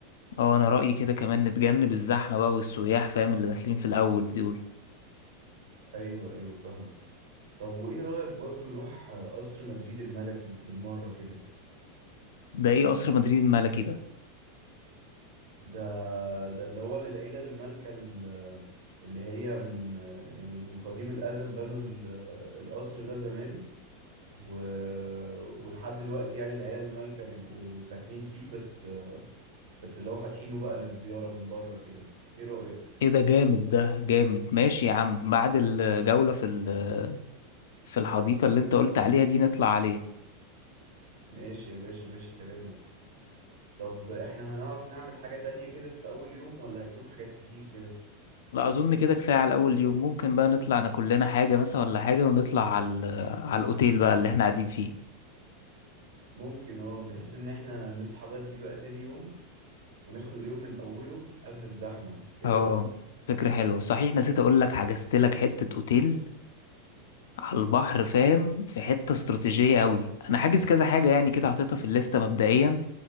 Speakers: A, on the left; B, on the right.
A: اه انا رأيي كده كمان نتجنب الزحمة بقى والسياح فاهم اللي داخلين في الاول دول
B: ايوه ايوه فاهمك طب وايه رأيك برضو نروح آه، قصر مدريد الملكي بالمرة كده
A: ده ايه قصر مدريد الملكي ده
B: ده ده اللي هو للعيلة المالكة ال- آه، اللي هي من آه، يعني من قديم الأزل بنوا ال- آه، القصر ده زمان و... ولحد دلوقتي يعني العيلة المالكة بيبقوا ساكنين فيه بس بس اللي هو فاتحينه بقى للزيارة من بره كده ايه رأيك
A: ايه ده جامد ده جامد ماشي يا عم بعد الجولة في ال- في الحديقة اللي انت قلت عليها دي نطلع عليه
B: ماشي يا باشا ماشي كلامك طب احنا هنعرف نعمل حاجة تانية كده في أول يوم ولا هيكون حاجات كتير كده
A: لا اظن كده كفاية على اول يوم ممكن بقى نطلع ناكل لنا حاجة مثلا ولا حاجة ونطلع على ال- على الاوتيل بقى اللي احنا قاعدين فيه
B: ممكن اه بحيث ان احنا نصحى بدري بقى تاني يوم وناخد اليوم من أوله قبل الزحمة ايه
A: اه
B: رأيك
A: فكرة حلوة صحيح نسيت اقول لك حجزت لك حتة اوتيل على البحر فاهم في حتة استراتيجية قوي انا حاجز كذا حاجة يعني كده حاططها في الليستة مبدئيا